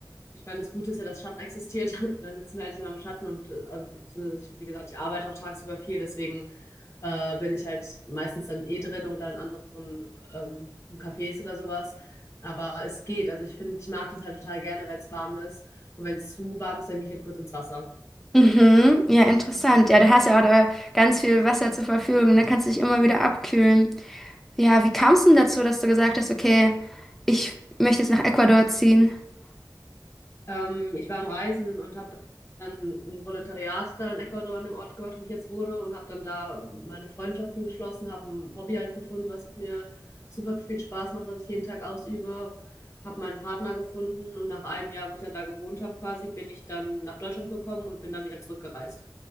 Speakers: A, on the left; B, in the centre.
A: ich meine, das Gute ist ja, dass Schatten existiert. <laughs> Und dann sitzen wir eigentlich immer im Schatten und äh, also beziehungsweise ich, wie gesagt, ich arbeite auch tagsüber viel, deswegen äh, bin ich halt meistens dann eh drin oder in anderen ähm, Cafés oder sowas. Aber es geht. Also ich finde, ich mag das halt total gerne, wenn es warm ist. Und wenn es zu warm ist, dann gehe ich halt kurz ins Wasser.
B: Mhm, ja, interessant. Ja, du hast ja auch da ganz viel Wasser zur Verfügung. Da kannst du dich immer wieder abkühlen. Ja, wie kamst du denn dazu, dass du gesagt hast, okay, ich möchte jetzt nach Ecuador ziehen? <laughs>
A: Ähm, ich war am Reisen und habe dann ein Volontariat da in Ecuador in dem Ort gemacht, wo ich jetzt wohne und habe dann da meine Freundschaften geschlossen, habe ein Hobby halt gefunden, was mir super viel Spaß macht, was ich jeden Tag ausübe, habe meinen Partner gefunden und nach einem Jahr, wo ich dann da gewohnt habe, quasi bin ich dann nach Deutschland gekommen und bin dann wieder zurückgereist.